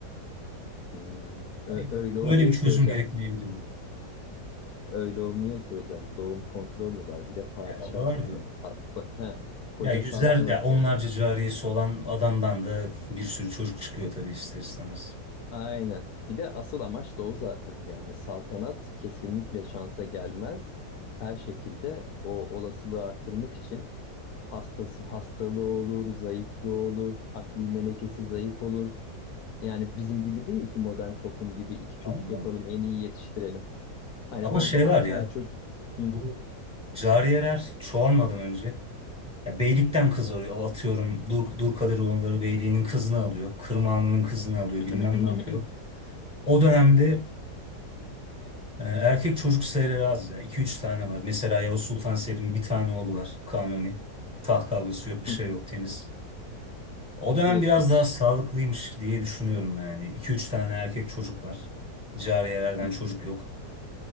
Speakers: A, on the left (about 70°); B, in the centre.
A: Hmm, ö-
B: hani
A: öyle
B: öyle
A: olmuyor
B: bir çözüm
A: ki hocam.
B: gerekmeyebilirdi.
A: Öyle olmuyor ki hocam. Doğum kontrol mü var? Bir de padişahsın
B: Yani o da vardı.
A: sen. Sa- ha, koca
B: Ya yüzler
A: saltanat
B: ya onlarca
A: yani.
B: cariyesi olan adamdan da bir sürü çocuk çıkıyor tabii ister istemez.
A: Aynen. Bir de asıl amaç da o zaten. Yani saltanat kesinlikle şansa gelmez. Her şekilde o olasılığı arttırmak için hastası hastalığı olur, zayıflığı olur, akli melekesi zayıf olur. Yani bizim gibi değil ki modern toplum gibi iki çocuk
B: Ama
A: yapalım, en iyi yetiştirelim. Hani
B: ama
A: orada
B: şey
A: 10
B: var
A: tane
B: ya
A: çocuk Hı.
B: bu cariyeler çoğalmadan önce ya beylikten kız arıyor atıyorum Dur, Durkadiroğulları beyliğinin kızını alıyor. Kırmağının kızını alıyor
A: <laughs>
B: bilmem ne yapıyor. O dönemde Ee, Erkek çocuk serileri az ya. iki üç tane var. Mesela Yavuz Sultan Selim'in bir tane oğlu var. Kanuni. Taht kavgası yok, bir
A: <coughs>
B: şey yok, temiz. O dönem
A: direkt
B: biraz
A: geçiş.
B: daha sağlıklıymış diye düşünüyorum ben yani. iki üç tane erkek çocuk var. Cariyelerden
A: Hı
B: çocuk
A: hı,
B: yok.